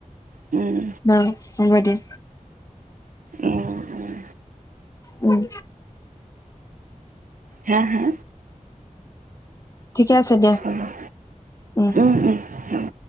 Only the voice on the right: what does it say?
উম।
উম উম
হা? হা?
হ'ব
উম উম। হ'ব